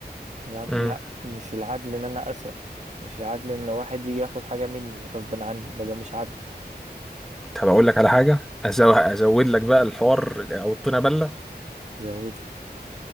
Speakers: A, on the right; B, in the centre.
A: تمام
B: امم
A: لا مش العدل إن أنا أسرق مش العدل إن واحد يجي ياخد حاجة مني غصب عني لا ده مش عدل
B: طب اقول لك على حاجه أزو- ازود لك بقى الحوار او الطينه بله
A: زود لي